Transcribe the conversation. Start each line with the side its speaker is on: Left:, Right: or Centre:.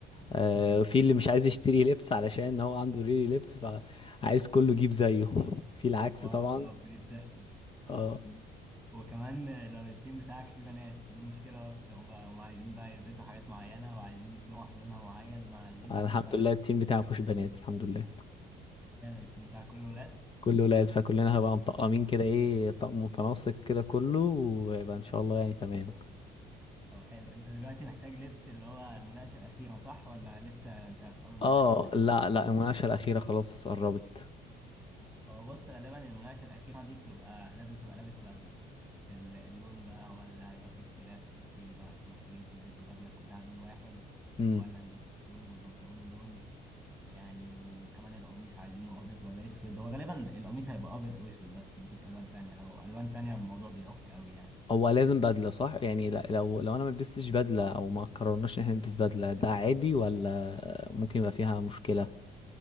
Left: آه،
Centre: امم
Left: وفي اللي مش عايز يشتري لبس علشان هو عنده ريلي لبس فعايز كله يجيب زيه <laughs> في العكس
Centre: بالظبط
Left: طبعا
Centre: دي بتحصل
Left: اه
Centre: وكمان لو التيم بتاعك فيه بنات دي مشكلة أكتر بقى هم عايزين بقى يلبسوا حاجات معينة وعايزين تروح لونها معين مع اللبس
Left: الحمد
Centre: فجامد
Left: لله التيم بتاعي مفيهوش بنات الحمد لله
Centre: التيم بتاعك كله ولاد
Left: كله ولاد فكلنا هبقى مطقمين كده ايه طقم متناسق كده كله ويبقى ان شاء الله يعني تمام
Centre: طب حلو أنت دلوقتي محتاج لبس اللي هو المناقشة الأخيرة صح ولا لسه أنت في أول مناقشة
Left: اه
Centre: ولا تاني؟
Left: لا لا المناقشة الأخيرة خلاص قربت
Centre: هو بص غالبا المناقشة الأخيرة دي بتبقى لازم تبقى لابس بدلة ال- اللون بقى هو اللي هيبقى فيه اختلاف في التيم بقى أنتوا محتاجين تلبسوا بدلة كلها لون واحد
Left: امم
Centre: ولا الجاكيت لون والبنطلون لون يعني وكمان القميص عايزينه ابيض ولا اسود هو غالبا القميص هيبقى ابيض او اسود بس مفيش الوان تانية لو الوان تانية الموضوع بيعك قوي يعني
Left: هو لازم بدلة صح يعني لا- لو لو انا ما لبستش بدلة او ما قررناش ان احنا نلبس بدلة ده عادي ولا ممكن يبقى فيها مشكلة